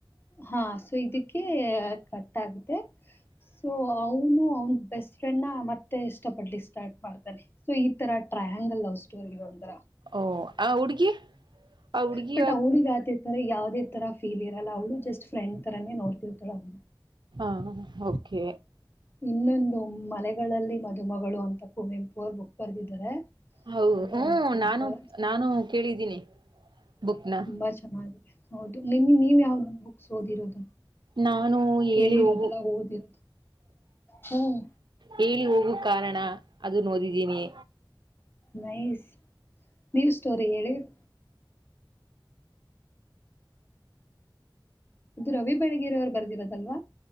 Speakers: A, on the left; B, on the right.
A: ಹ ಸೊ ಇದಕ್ಕೆ ಕಟ್ ಆಗುತ್ತೆ ಸೊ ಅವ್ ಅವ್ನು ಅವ್ನ್ ಬೆಸ್ಟ್ ಫ್ರೆಂಡ್ನ ಮತ್ತೆ ಇಷ್ಟ ಪಡ್ಲಿಕ್ಕೆ ಸ್ಟಾರ್ಟ್ ಮಾಡ್ ಸೊ ಈ ತರ ಟ್ರಯಾಂಗಲ್ ಲವ್ ಸ್ಟೋರಿ ಒಂತರ.
B: ಓ ಆ ಹುಡ್ಗಿ. ಆ ಹುಡ್ಗಿ
A: ಪಟಾೌಡಿಗಾತ. ಅಂದ್ರ ಯಾವ್ದೇ ತರ ಫೀಲ್ ಇಲ್ಲ ಅವಳ ಜಸ್ಟ್ ಫ್ರೆಂಡ್ ತರಾನೇ ನೋಡ್ತಿರ್ತಳ ಅವಳ.
B: ಹ ಓಕೆ.
A: ಇನ್ನೊಂದು ಮನೆಗಳಲ್ಲಿ ಮದುಮಗಳು ಅಂತ ಕುವೆಂಪು ಅವರು ಬುಕ್ ಬರ್ದಿದ್ದಾರೆ.
B: ಹೌ
A: ಅದು
B: ಹ್ಮ
A: ಒಂದು ತುಂಬಾ
B: ನಾನು ನಾನು ಕೇಳಿದ್ದೀನಿ. ಬುಕ್ನ
A: ತುಂಬಾ ಚೆನ್ನಾಗಿದೆ. ಹೌದು ನಿಮ್ ನೀವ್ ಯಾವ್ದ ಬುಕ್ಸ್ ಓದಿರೋದು.
B: ನಾನು ಹೇಳಿ
A: ಕೇಳಿರೋದಲ್ಲ
B: ಹೋಗು
A: ಓದಿರೋದು ಹ್ಮ್
B: ಹೇಳಿ ಹೋಗುವ ಕಾರಣ. ಅದು ನೋದ. ಇನಿ.
A: ನೈಸ್ ನೀನ್ಯೂ ಸ್ಟೋರಿ ಹೇಳಏಳಿ. ಅದು ರವಿ ಬೆಳಗೇರಿವರು ಬರ್ದಿರೋದಲ್ವಾ.